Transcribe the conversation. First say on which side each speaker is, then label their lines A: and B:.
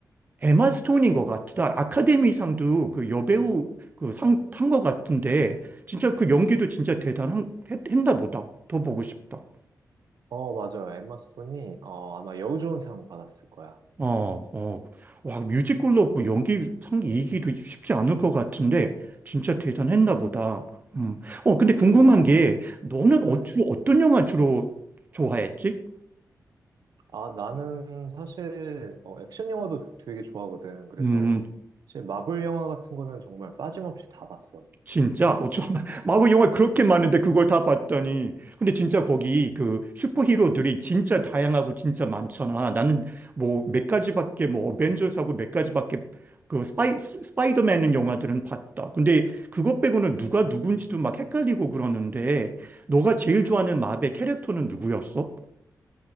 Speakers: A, on the right; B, on the right.
A: 에마 스톤인 것 같다. 아카데미상도 그 여배우 그 상 탄 것 같은데 진짜 그 연기도 진짜 대단한 했- 했나 보다. 더 보고 싶다.
B: 어, 맞아요. 엠마 스톤이, 어, 아마 여우조연상 받았을 거야.
A: 어, 어, 와, 뮤지컬로 뭐 연기상 이기도 쉽지 않을 것 같은데, 진짜 대단했나 보다. 음. 어, 근데 궁금한
B: 그리고,
A: 게, 너는
B: 음,
A: 어, 주로 어떤 영화 주로 좋아했지?
B: 아, 나는 사실 어, 액션 영화도 되게 좋아하거든. 그래서
A: 음,
B: 사실 마블 영화 같은 거는 정말 빠짐없이 다 봤어.
A: 진짜? 어, 저 <laughs> 마블 영화 그렇게 많은데 그걸 다 봤더니. 근데 진짜 거기 그 슈퍼히로들이 진짜 다양하고 진짜 많잖아. 나는 뭐 몇 가지밖에 뭐 어벤져스하고 몇 가지밖에 그 스파이, 스- 스파이더맨 영화들은 봤다. 근데 그것 빼고는 누가 누군지도 막 헷갈리고 그러는데 너가 제일 좋아하는 마블 캐릭터는 누구였어?